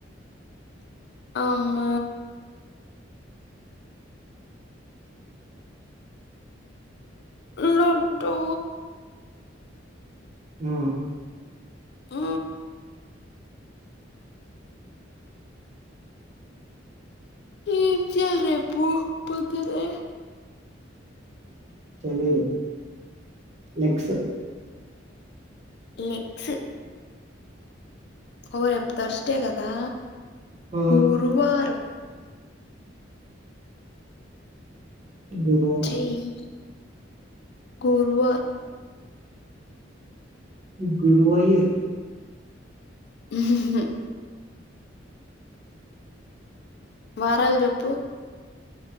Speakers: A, on the left (about 60°); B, on the right (about 40°).
A: అమ్మ లడ్డూ
B: ఉ
A: ఊ ఏం చేయాల్ రేపు పొద్దున్నే
B: తెలీదు లెగ్స్
A: లెగ్స్ ఓ రేప్పు తర్స్డే కదా
B: మ్మ్
A: గురువారం
B: గురు
A: చేయ్ గురువార్
B: గురువైయూర్
A: ఉహు వారాలు చెప్పు